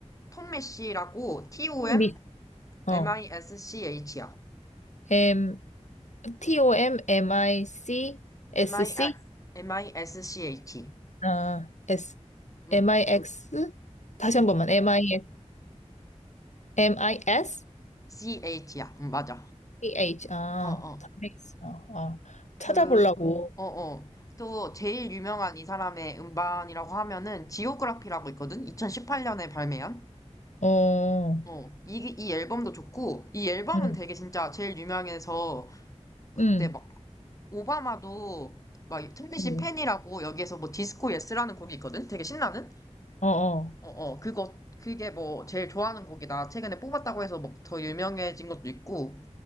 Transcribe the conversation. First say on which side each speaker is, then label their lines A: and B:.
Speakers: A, on the left; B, on the left.
A: 톰미 씨라고, T-O-M,
B: 톤미, 어,
A: M-I-S-C-H야.
B: M, T, O, M, M, I, C, S,
A: M-I-S,
B: C?
A: M-I-S-C-H.
B: 아, S,
A: 응,
B: M, I, X? 다시 한 번만, M, I, X, M, I, S,
A: S-S-C-H야. 응, 맞아.
B: C, H, 아,
A: 어어.
B: 탐믹스, 어, 아,
A: 그,
B: 찾아보려고,
A: 어어. 또 제일 유명한 이 사람의 음반이라고 하면은 지오그라피라고 있거든? 2018년에 발매한?
B: 어,
A: 어. 이, 이 앨범도 좋고, 이 앨범은
B: 응,
A: 되게 진짜 제일 유명해서 그때
B: 응,
A: 막 오바마도 막 틈비 씨
B: 응,
A: 팬이라고 여기에서 뭐 디스코 예스라는 곡이 있거든? 되게 신나는?
B: 어, 어,
A: 어어. 그거, 그게 뭐 제일 좋아하는 곡이다. 최근에 뽑았다고 해서 막 더 유명해진 것도 있고.